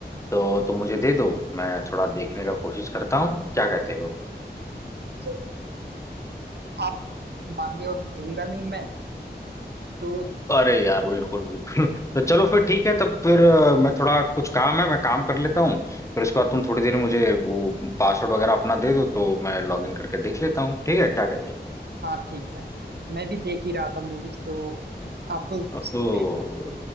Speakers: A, on the left (about 15°); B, on the right (about 70°).
A: तो तुम मुझे दे दो मैं थोड़ा देखने का कोशिश करता हूँ क्या कहते हो
B: चलो, आप मांगे और दूंगा नहीं मैं तो
A: अरे यार बिल्कुल बिल्कुल <laughs> तो चलो फिर ठीक है तब फिर अ, मैं थोड़ा कुछ काम है मैं काम कर लेता हूँ फिर उसके बाद तुम थोड़ी देर में मुझे वो पासवर्ड वगैरह अपना दे दो तो मैं लॉग इन करके देख लेता हूँ ठीक है क्या कहते हो
B: हाँ ठीक है मैं भी देख ही रहा था मूवीज तो आपको
A: ओ,